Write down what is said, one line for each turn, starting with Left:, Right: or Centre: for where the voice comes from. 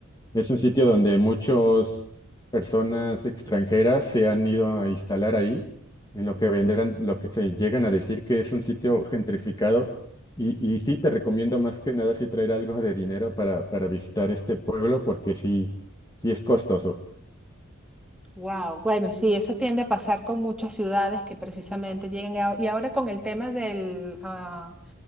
Left: Es un sitio donde muchas personas extranjeras se han ido a instalar ahí, en lo que vendrán, lo que se llegan a decir que es un sitio gentrificado. Y, y sí, te recomiendo más que nada sí traer algo de dinero para, para visitar este pueblo, porque sí, sí es costoso.
Centre: Wow. Bueno, sí, eso tiende a pasar con muchas ciudades que precisamente llegan. a- y ahora con el tema del, ah,